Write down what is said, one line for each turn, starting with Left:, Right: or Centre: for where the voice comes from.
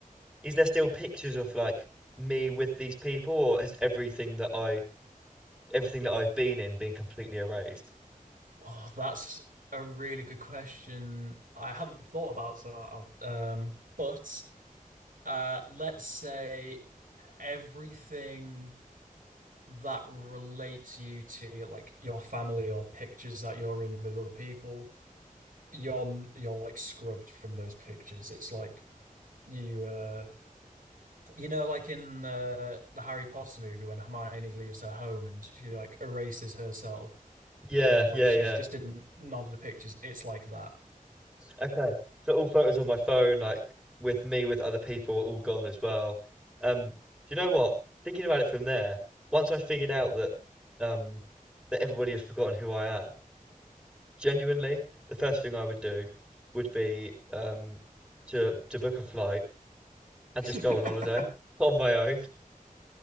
Centre: is there still pictures of like me with these people or is everything that I everything that I've been in being completely erased
Right: Oh, that's a really good question. I haven't thought about, so I'll, um, but uh, let's say everything that relates you to like your family or pictures that you're in with other people, you're you're like scrubbed from those pictures. It's like you uh You know, like in uh, the Harry Potter movie when Hermione leaves her home and she like erases herself
Centre: yeah
Right: and
Centre: yeah
Right: like she's
Centre: yeah
Right: just in none of the pictures. It's like that.
Centre: Okay. So all photos on my phone, like with me, with other people, all gone as well. Um, do you know what? Thinking about it from there, once I figured out that um that everybody has forgotten who I am, genuinely, the first thing I would do would be um to to book a flight and
Right: <laughs>
Centre: just go on holiday on my own.